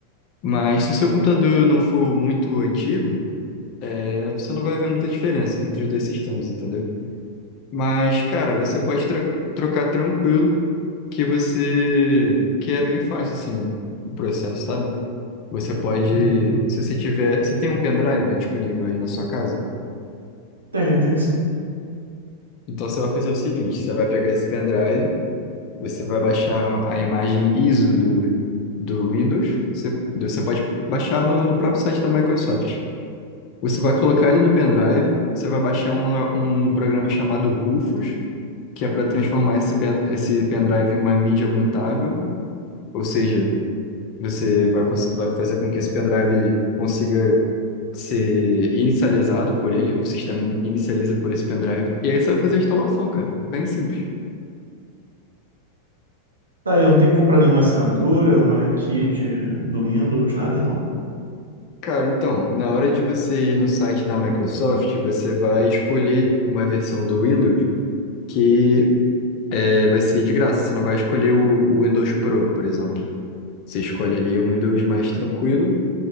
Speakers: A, on the left (about 40°); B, on the right (about 75°).
A: Mas se o seu computador não for muito antigo, é, você não vai ver muita diferença entre os dois sistemas, entendeu? Mas, cara, você pode tra- trocar tranquilo que você que é bem fácil assim o processo, sabe? Você pode,
B: uhum.
A: se você tiver, você tem um pendrive disponível aí na sua casa?
B: Tenho, tenho sim.
A: Então você vai fazer o seguinte, você vai pegar esse pendrive, você vai baixar a imagem ISO do, do Windows, você, você pode baixar no, no próprio site da Microsoft. Você vai colocar ele no pendrive, você vai baixar um, um programa chamado Rufus, que é para transformar esse, be- esse pendrive em uma mídia bootável, ou seja, você vai, cons- vai fazer com que esse pendrive consiga ser inicializado por ele, o sistema in- inicializa por esse pendrive, e aí você vai fazer a instalação, cara. Bem simples.
B: Tá, eu não tenho que comprar nenhuma assinatura, uma key de, do Windows, nada, não?
A: Cara, então, na hora de você ir no site da Microsoft, você vai escolher uma versão do Windows que é, vai ser de graça. Você não vai escolher o, o Windows Pro, por exemplo. Você escolhe ali o Windows mais tranquilo